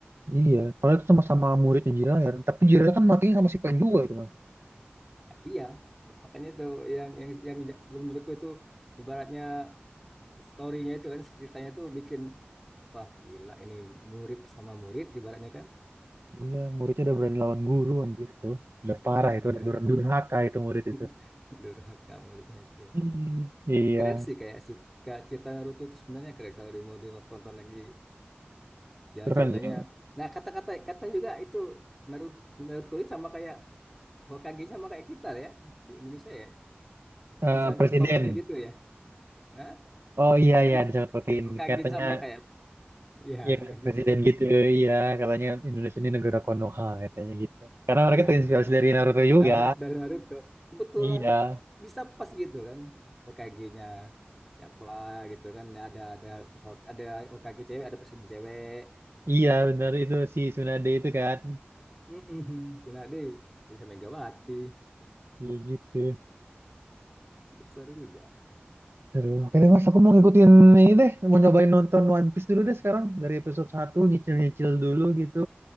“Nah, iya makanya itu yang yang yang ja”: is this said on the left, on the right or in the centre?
Centre